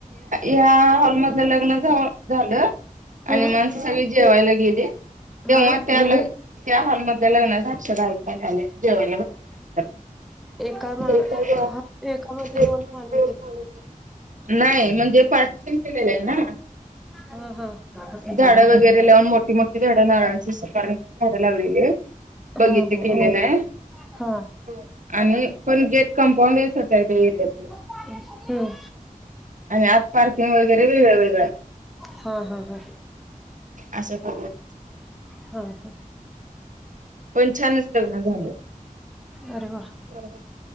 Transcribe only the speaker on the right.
या हॉलमधलं लग्न जव झालं आणि
म अशे सगळी जेवायला गेली तेव्हा
त्या- त्याल हॉल मध्ये लग्नाच्या अक्षदा ऐकायला आल्या जेवायला बसल्यानं एखदया
फक्त
याच्या
मध्ये.
<unintelligible> खूप
छान
होतात नाही म्हणजे पार्टिशन केलेलं आहे ना.
झाडं वगैरे लावून मोठी मोठी झाडं नारळाची सुपारीची झाडं लावलेली येत. बगीचे
केलेले हाय.
हो आणि एक पण गेट कंपाऊंड एकच हाय त्या एरियाचं.
आणि आज पार्किंग वगैरे वेगळ वेगळ हाय.
अशा पद्धतीच
पण छानच लग्न
झालं.
बरोबर.